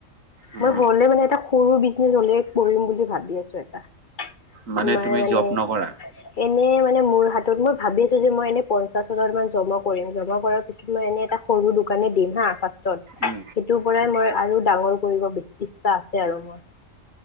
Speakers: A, on the right; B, on the left.
A: উম
B: মই হ'লেও মানে এটা সৰু বিজনেজ হ'লেও কৰিম বুলি ভাবি আছো এটা।
A: মানে
B: তোমাৰ
A: তুমি
B: মানে
A: জব নকৰা
B: এনেই মানে মোৰ হাতত মই ভাবি আছো যে মই এনে পঞ্চাশ হাজাৰ মান জমা কৰিম। জমা কৰাত মই এনেই এটা সৰু দোকানে দিম হাঁ ফাৰ্ষ্টত।
A: এ।
B: সেইটোৰ পৰাই মই আৰু ডাঙৰ কৰিব ইচ--ইচ্ছা আছে আৰু মোৰ।